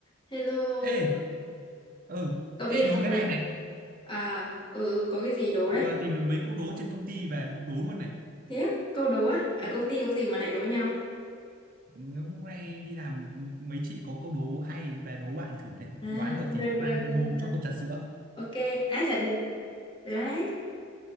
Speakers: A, on the left; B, on the right.
A: Hello,
B: Ê, ừ,
A: cậu
B: ê
A: đi làm
B: đố cái
A: về
B: này này,
A: chưa? À, ừ, ừ, có cái gì đố
B: vừa
A: đấy?
B: tìm được mấy câu đố trên công ty về đố luôn này.
A: Thế á, câu đố á, ở
B: Ừ.
A: công ty có gì mà lại đố nhau?
B: Hôm nay đi làm mấy chị có câu đố hay về đố bạn thử này,
A: À,
B: đoán được
A: được,
B: thì
A: được,
B: mai
A: được,
B: mua
A: được.
B: cho cốc trà sữa.
A: Ok, ai trả được, được đấy.